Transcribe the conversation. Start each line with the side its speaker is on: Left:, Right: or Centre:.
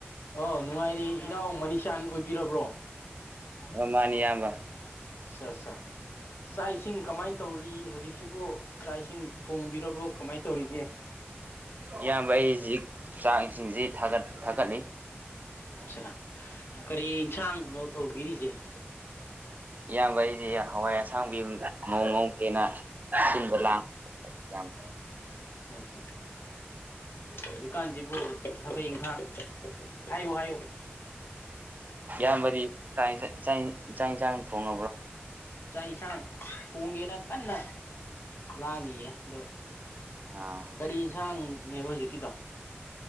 Left: ꯑ ꯅꯨꯡꯉꯥꯏꯔꯦ ꯏꯅꯥꯎ ꯃꯅꯤꯁꯥꯟ ꯑꯣꯏꯕꯤꯔꯕ꯭ꯔꯣ
Right: ꯑ ꯃꯥꯅꯤ ꯌꯥꯝꯕ
Left: ꯑ ꯑꯠꯆꯥ ꯆꯥꯛ ꯏꯁꯤꯡ ꯀꯃꯥꯏꯅ ꯇꯧꯔꯤ ꯍꯧꯖꯤꯛꯁꯤꯕꯨ ꯆꯥꯛ ꯏꯁꯤꯡ ꯊꯣꯡꯕꯤꯔꯕ꯭ꯔꯣ ꯀꯃꯥꯏꯅ ꯇꯧꯔꯤꯒꯦ
Right: ꯏꯌꯥꯝꯕ ꯑꯩ ꯍꯧꯖꯤꯛ ꯆꯥꯡ ꯏꯁꯤꯡꯁꯤ ꯊꯥꯒꯠ ꯊꯥꯒꯠꯂꯤ
Left: ꯑꯆꯥ ꯀꯔꯤ ꯑꯦꯟꯁꯥꯡꯅꯣ ꯊꯧꯕꯤꯔꯤꯁꯦ <inaudible>
Right: ꯏꯌꯥꯝꯕ ꯑꯩꯁꯦ ꯍꯋꯥꯏ ꯑꯁꯥꯡꯕꯤ ꯃꯣꯡ ꯉꯧꯒꯦꯅ ꯁꯤꯟꯕ ꯂꯥꯡꯕ ꯑꯣ
Left: ꯑ ꯑꯠꯥ ꯍꯧꯖꯤꯛꯀꯥꯟꯁꯤꯕꯨ ꯊꯕꯛ ꯏꯪꯈꯥꯡ ꯍꯥꯏꯌꯨ ꯍꯥꯏꯌꯨ
Right: ꯏꯌꯥꯝꯕꯗꯤ ꯆꯥꯛ ꯏꯟꯁꯥꯡ ꯆꯥꯛ ꯏꯟꯁꯥꯡ ꯊꯣꯡꯉꯕ꯭ꯔꯣ
Left: ꯆꯥꯛ ꯏꯁꯥꯡ ꯊꯣꯡꯒꯦꯅ ꯀꯟꯅ ꯂꯥꯡꯉꯤꯌꯦ ꯑꯗꯣ
Right: ꯑꯥ
Left: ꯀꯔꯤ ꯏꯟꯁꯥꯡꯅꯦꯕ ꯍꯧꯖꯤꯛꯀꯤꯗꯣ